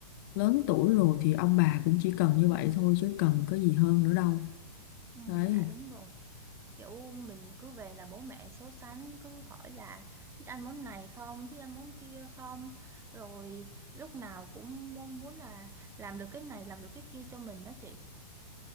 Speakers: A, on the left (about 40°); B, on the right (about 15°).
A: lớn tuổi rồi thì ông bà cũng chỉ cần như vậy thôi chứ cần có gì hơn nữa đâu.
B: ừ,
A: Đấy,
B: dạ đúng rồi kiểu mình cứ về là bố mẹ so sánh cứ hỏi là thích ăn món này không thích ăn món kia không rồi lúc nào cũng mong muốn là làm được cái này làm được cái kia cho mình đó chị